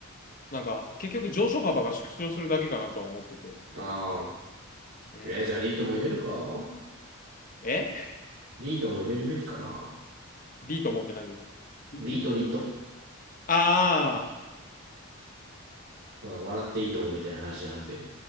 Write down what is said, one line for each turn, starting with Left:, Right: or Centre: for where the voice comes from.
Left: なんか、結局上昇幅が縮小するだけかなとは思ってて。
Right: ああ、
Left: そう。うん。
Right: えー、じゃあリートも入れるか
Left: え
Right: リートも入れるべきかな。
Left: リートモって何リ、
Right: リート、
Left: リート
Right: リート。
Left: ああー。
Right: 笑っていいともみたいな話じゃなくて。